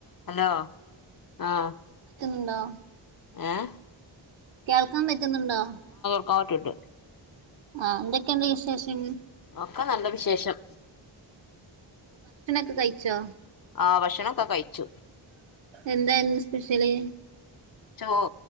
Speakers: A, on the left (about 45°); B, on the right (about 65°).
A: Hello ആഹ്.
B: ഇണ്ടോ?
A: ഏഹ്.
B: കേൾക്കാൻ പറ്റുന്നുണ്ടോ?
A: ആഹ് കേക്കണ്ട്.
B: ആഹ് എന്തൊക്കെയുണ്ട് വിശേഷങ്ങ
A: ഒക്കെ നല്ല വിശേഷം.
B: ഫുഡ്‌ കഴിച്ചോ?
A: ആ ഭക്ഷണം ഒക്കെ കഴിച്ചു.
B: എന്തായിരുന്നു സ്പെഷ്യല്
A: ചോ